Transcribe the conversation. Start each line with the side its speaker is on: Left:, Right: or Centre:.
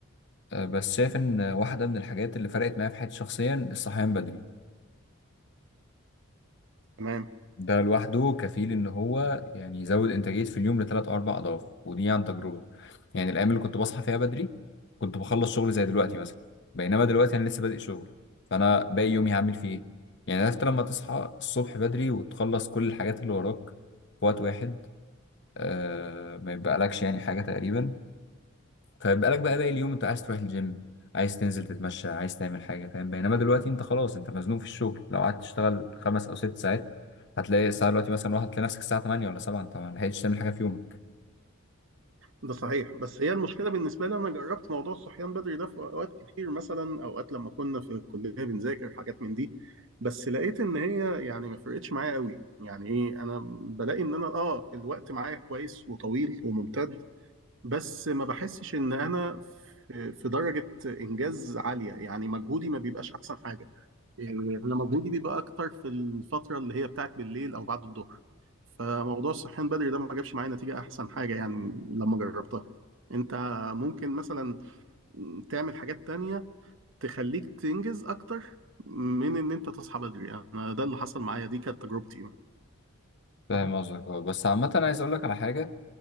Left: آه، بس شايف ان واحده من الحاجات اللي فرقت معايا في حياتي شخصيا الصحيان بدري
Right: تمام
Left: ده لوحده كفيل ان هو يعني يزود انتاجيه في اليوم لثلاث او اربع اضعاف ودي عن تجربه يعني الايام اللي كنت بصحى فيها بدري كنت بخلص شغل زي دلوقتي مثلا بينما دلوقتي انا لسه بادئ شغل فانا باقي يومي هعمل فيه ايه يعني عرفت لما تصحى الصبح بدري وتخلص كل الحاجات اللي وراك في وقت واحد آه ما يبقى لكش يعني حاجه تقريبا فبقالك بقى باقي اليوم انت عايز تروح الجيم عايز تنزل تتمشى عايز تعمل حاجة فاهم بينما دلوقتي انت خلاص انت مزنوق في الشغل لو قعدت تشتغل خمس او ست ساعات هتلاقي الساعة دلوقتي مثلا واحد تلاقي نفسك الساعة 8 ولا 7 انت ما لحقتش تعمل حاجة في يومك
Right: ده صحيح بس هي المشكله بالنسبه لي انا جربت موضوع الصحيان بدري ده في اوقات كتير مثلا اوقات لما كنا في الكليه بنذاكر حاجات من دي بس لقيت ان هي يعني ما فرقتش معايا قوي يعني ايه انا بلاقي ان انا اه الوقت معايا كويس وطويل وممتد بس ما بحسش ان انا في في درجه انجاز عاليه يعني مجهودي ما بيبقاش احسن حاجه يعني انا مجهودي بيبقى اكتر في الفتره اللي هي بتاعت بالليل او بعد الظهر فموضوع الصحيان بدري ده ما جابش معايا نتيجه احسن حاجه يعني لما جربتها انت ممكن مثلا تعمل حاجات تانية تخليك تنجز اكتر من ان انت تصحى بدري انا ده اللي حصل معايا دي كانت تجربتي
Left: فاهم قصدك اه بس عامة أنا عايز اقول لك على حاجة